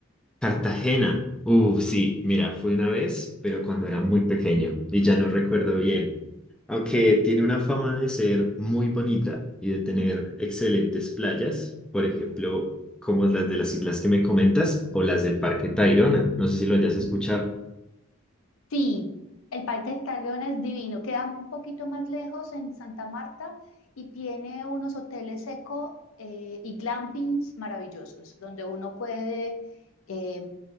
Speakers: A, in the centre; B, on the left.
A: Cartagena. Uh, sí, mira, fui una vez, pero cuando era muy pequeño y ya no recuerdo bien. Aunque tiene una fama de ser muy bonita y de tener excelentes playas, por ejemplo, como las de las islas que me comentas o las del Parque Tayrona. No sé si lo hayas escuchado.
B: Sí, el Parque del Tayrona es divino. Queda un poquito más lejos en Santa Marta y tiene unos hoteles seco eh, y glampings maravillosos, donde uno puede eh,